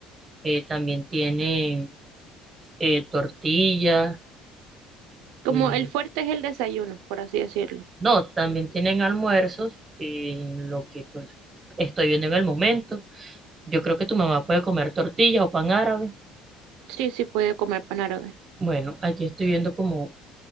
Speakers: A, on the right; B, on the right.
A: eh, también tienen eh, tortillas
B: Como
A: Y
B: el fuerte es el desayuno, por así decirlo.
A: no, también tienen almuerzos, eh, lo que pues estoy viendo en el momento. Yo creo que tu mamá puede comer tortilla o pan árabe.
B: Sí, sí puede comer pan árabe.
A: Bueno, aquí estoy viendo como,